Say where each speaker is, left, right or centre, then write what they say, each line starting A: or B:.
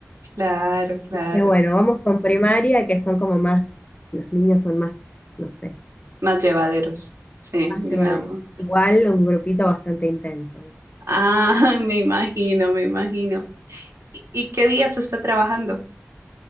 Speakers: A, on the right (about 75°); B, on the left (about 30°).
A: Claro, claro.
B: dije, bueno, vamos con primaria, que son como más, los niños son más, no sé,
A: más llevaderos, sí,
B: más
A: digamos.
B: llevaderos. Igual un grupito bastante intenso. me lo-
A: Ah, <laughs> me imagino, me imagino. ¿Y, y qué día se está trabajando?